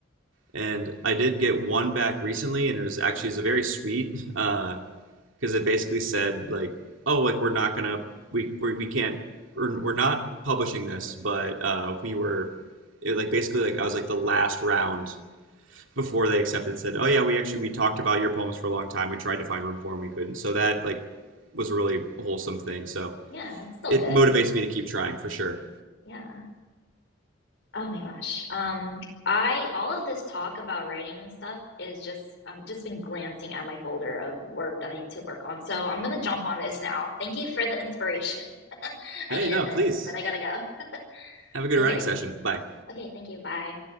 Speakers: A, on the right (about 85°); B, on the left (about 65°).
A: and I did get one back recently, and it was actually it's a very sweet. Uh, because it basically said like, oh, like we're not gonna we we, we can't we're, we're not publishing this, but uh, we were it, like basically like I was like the last round before they accepted said, oh yeah, we actually we talked about your poems for a long time. We tried to find room for them, we couldn't. So that like was a really wholesome thing. So
B: Yeah, it's still
A: it
B: good.
A: motivates me to keep trying for sure.
B: Yeah. Oh my gosh. Um I all of this talk about writing and stuff is just um just been glancing at my folder of work that I need to work on. So I'm gonna jump on this now. Thank you for the inspiration. I
A: Hey,
B: needed
A: no,
B: this,
A: please
B: but I gotta go.
A: have a good
B: Okay.
A: writing session. Bye.
B: Okay, thank you. Bye.